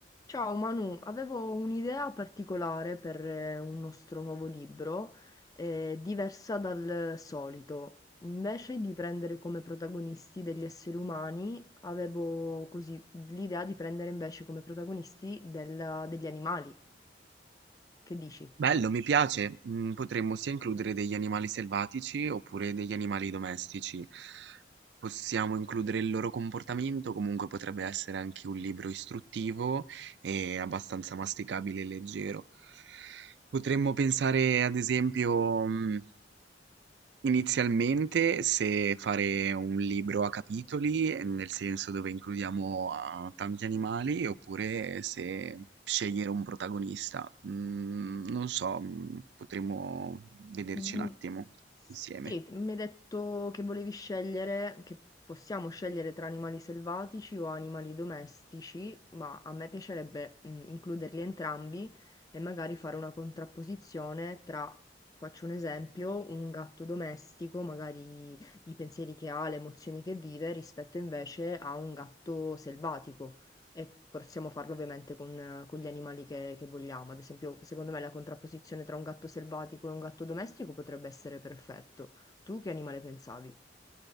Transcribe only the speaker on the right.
Bello, mi piace. Mm, Potremmo sia includere degli animali selvatici oppure degli animali domestici. Possiamo includere il loro comportamento, comunque potrebbe essere anche un libro istruttivo e abbastanza masticabile e leggero. Potremmo pensare, ad esempio, mm, Inizialmente se fare un libro a capitoli, ehm, nel senso dove includiamo, uhm, tanti animali, oppure se scegliere un protagonista. Mhmm, non so, mhmm, potremmo vederci
un attimo
insieme.